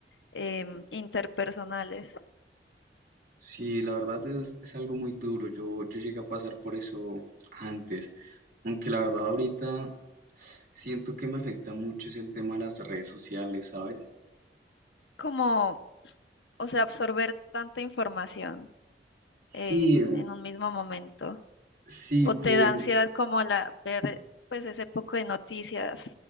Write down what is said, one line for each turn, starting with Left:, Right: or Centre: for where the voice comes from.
Left: em, interpersonales.
Right: Sí, la verdad es, es algo muy duro. Yo, yo llegué a pasar por eso antes, aunque la verdad ahorita siento que me afecta mucho es el tema de las redes sociales, ¿sabes?
Left: Como o sea, absorber tanta información
Right: Sí,
Left: eh, en un mismo momento.
Right: sí,
Left: O
Right: bueno.
Left: te da ansiedad como la ver pues ese poco de noticias